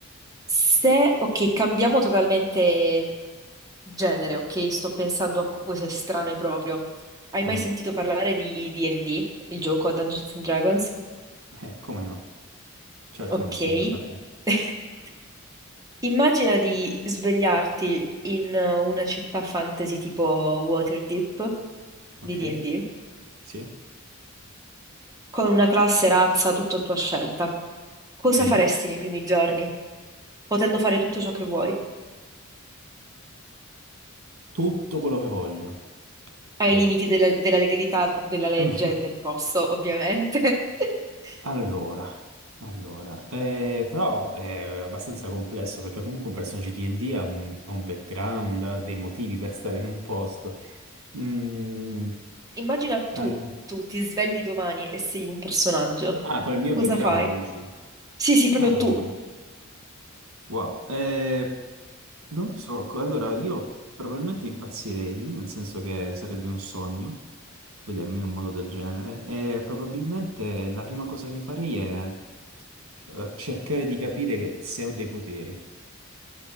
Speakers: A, on the right; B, on the right.
A: Se, ok, cambiamo totalmente genere, ok? Sto pensando a cose strane proprio. Hai
B: Mm.
A: mai sentito parlare di D&D, il gioco a Dungeons and Dragons?
B: Eh, come no? Certo
A: Ok.
B: che non ho sentito parlare.
A: <laughs> Immagina di svegliarti in eh, una città fantasy tipo Waterdeep
B: Ok?
A: di D&D
B: Sì?
A: con una classe, razza, tutto a tua scelta, cosa
B: Bene.
A: faresti nei primi giorni, potendo fare tutto ciò che vuoi,
B: Tutto quello che voglio.
A: ai
B: Bene.
A: limiti della, della legalità della legge
B: <laughs>
A: e del posto, ovviamente? <laughs>
B: Allora, allora, eh, però è abbastanza complesso perché comunque un personaggio di D&D ha un, ha un background, ha dei motivi per stare in un posto. Mm.
A: Immagina tu,
B: All-
A: tu ti svegli domani e sei un personaggio.
B: Ah, col mio
A: Cosa
B: background
A: fai?
B: dici?
A: Sì, sì, proprio
B: Ah.
A: tu.
B: Wow, eh, non lo so, co- allora io probabilmente impazzirei, nel senso che sarebbe un sogno svegliarmi in un modo del genere e probabilmente la prima cosa che farei è eh, cercare di capire che- se ho dei poteri.